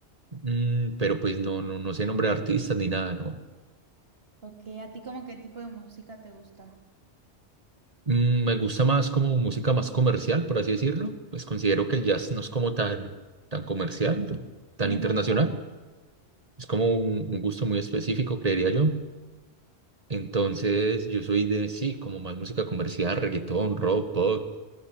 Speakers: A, on the right (about 35°); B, on the right (about 60°).
A: mm, pero pues no, no, no sé nombre de artistas ni nada, ¿no?
B: Ok, ¿a ti como qué tipo de música te gusta?
A: Mm, me gusta más como música más comercial, por así decirlo, pues considero que el jazz no es como tan, tan comercial, tan
B: Sí,
A: internacional,
B: no, para
A: es como un, un gusto muy específico, creería yo. Entonces, yo soy de, sí, como más música comercial, reggaetón, rock, pop